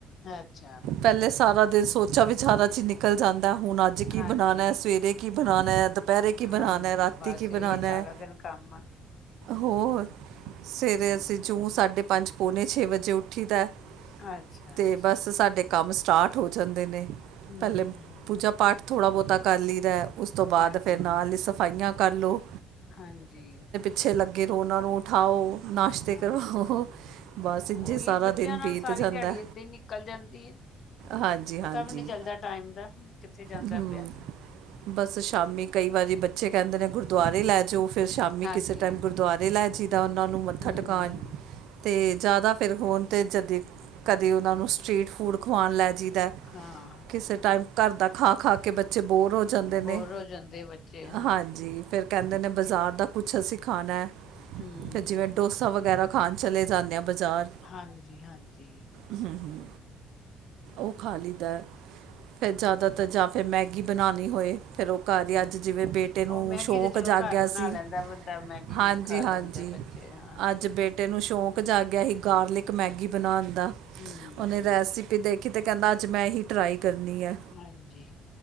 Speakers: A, on the left; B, on the right.
A: ਅੱਛਾ
B: ਪਹਿਲੇ ਸਾਰਾ ਦਿਨ ਸੋਚ ਉੱਚਾ ਵਿਚਾਰਾ ਚ ਹੀ ਨਿਕਲ ਜਾਂਦਾ, ਹੁਣ ਅੱਜ ਕੀ
A: ਹਾਂਜੀ
B: ਬਣਾਣਾ, ਸਵੇਰੇ ਕੀ ਬਣਾਣਾ, ਦ ਦੁਪਹਿਰੇ ਕੀ ਬਣਾਣਾ,
A: ਹਾਂਜੀ
B: ਰਾਤੀ
A: ਬਸ
B: ਕੀ
A: ਇਹੀ
B: ਬਣਾਣਾ।
A: ਸਾਰਾ ਦਿਨ ਕੰਮ ਆ
B: ਹੋਰ,
A: ਹੂੰ
B: ਸਵੇਰੇ ਅਸੀਂ ਜੂੰ ਸਾਢੇ ਪੰਜ, ਪਉਣੇ ਛੇ ਵਜੇ ਉੱਠੀ ਦਾ
A: ਅੱਛਾ
B: ਤੇ
A: ਅੱਛਾ
B: ਬਸ ਸਾਡੇ ਕੰਮ ਸਟਾਟ ਹੋ ਜਾਂਦੇ ਨੇ।
A: ਹੂੰ
B: ਪਹਿਲੇ ਪੂਜਾ ਪਾਠ ਥੋੜ੍ਹਾ ਬਹੁਤਾ ਕਰ ਲਈਦਾ ਉਸ ਤੋਂ ਬਾਅਦ
A: ਹਾਂਜੀ
B: ਫਿਰ ਨਾਲ ਹੀ ਸਫਾਈਆਂ ਕਰ ਲਉ।
A: ਹਾਂਜੀ
B: ਅੱਛੇ ਲੱਗੇ ਰਹ ਉਹਨਾਂ ਨੂੰ ਉਠਾਓ ਨਾਸ਼ਤੇ
A: ਹਾਂਜੀ
B: ਕਰਵਾਓ। ਬਸ
A: ਉਹੀ
B: ਇੰਝੇ ਸਾਰਾ
A: ਬੱਚਿਆਂ
B: ਦਿਨ
A: ਨਾਲ
B: ਬੀਤ
A: ਸਾਰੀ
B: ਜਾਂਦਾ
A: ਦਿਹਾੜੀ ਏਦਾਂ ਹੀ ਨਿਕਲ ਜਾਂਦੀ ਹੈ
B: ਹਾਂਜੀ
A: ਪਤਾ
B: ਹਾਂਜੀ
A: ਵੀ ਨਹੀਂ ਚੱਲਦਾ ਟਾਈਮ ਦਾ ਕਿੱਥੇ ਜਾਂਦਾ
B: ਹਮ
A: ਪਿਆ
B: ਬਸ ਸ਼ਾਮੀ ਕਈ ਵਾਰੀ ਬੱਚੇ ਕਹਿੰਦੇ ਨੇ ਗੁਰਦੁਆਰੇ ਲੈ ਜਾਓ। ਫਿਰ ਸ਼ਾਮੀ
A: ਹਾਂਜੀ
B: ਕਿਸੇ ਟਾਈਮ ਗੁਰਦੁਆਰੇ ਲੈ ਜਿਦਾ ਉਹਨਾਂ ਨੂੰ ਮੱਥਾ
A: ਹੂੰ-ਹੂੰ,
B: ਟਿਕਉਣ ਅਤੇ ਜ਼ਿਆਦਾ ਫਿਰ ਹੋਣ ਤਾਂਤੇ ਜਦ ਕਦੇ ਉਹਨਾਂ ਨੂੰ ਸਟਰੀਟ ਫੂਡ ਖਵਾਉਣ ਲੈ ਜਈਦਾ।
A: ਹਾਂ
B: ਕਿਸੇ ਟਾਈਮ ਘਰ ਦਾ ਖਾ ਖਾ ਕੇ ਬੱਚੇ ਬੋਰ ਹੋ ਜਾਂਦੇ ਨੇ
A: ਬੋਰ ਹੋ ਜਾਂਦੇ ਬੱਚੇ
B: ਹਾਂਜੀ। ਫਿਰ ਕਹਿੰਦੇ ਨੇ ਬਾਜ਼ਾਰ ਦਾ ਕੁੱਛ ਅਸੀਂ ਖਾਣਾ
A: ਹੂੰ-ਹੂੰ।
B: ਫਿਰ ਜਿਵੇਂ ਡੋਸਾ ਵਗੈਰਾ ਖਾਣ ਚਲੇ ਜਾਂਦੇ ਹਾਂ ਬਜ਼ਾਰ
A: ਹਾਂਜੀ ਹਾਂਜੀ
B: ਹਮ ਹਮ ਉਹ ਖਾ ਲਈਦਾ ਫਿਰ
A: ਹਾਂ
B: ਜ਼ਿਆਦਾਤਰ ਜਾਂ ਫਿਰ ਮੈਗੀ ਬਣਾਉਣੀ ਹੋਏ ਫਿਰ ਉਹ ਘਰ ਦੀ
A: ਹੂੰ।
B: ਅੱਜ ਜਿਵੇਂ ਬੇਟੇ ਨੂੰ
A: ਉਹ ਮੈਗੀ
B: ਸ਼ੌਕ
A: ਤੇ ਚਲੋ
B: ਜਾਗਿਆ
A: ਘਰ ਬਣਾ
B: ਸੀ
A: ਲੈਂਦਾ ਬੰਦਾ ਮੈਗੀ
B: ਹਾਂਜੀ
A: ਖਾ ਲੈਂਦੇ
B: ਹਾਂਜੀ
A: ਬੱਚੇ ਹਾਂਜੀ।
B: ਅੱਜ ਬੇਟੇ ਨੂੰ ਸ਼ੌਕ ਸ਼ੋਂਕ ਜਾਗਿਆ ਸੀ ਗਾਰਲਿਕ ਮੈਗੀ ਬਣਾਉਣ ਦਾ
A: ਹੂੰ-ਹੂੰ।
B: ਉਹਨੇ ਰੈਸਿਪੀ ਦੇਖੀ ਤੇ ਕਹਿੰਦਾ ਅੱਜ ਮੈਂ ਹੀ ਟਰਾਈ ਕਰਨੀ ਹੈ।
A: ਹਾਂਜੀ,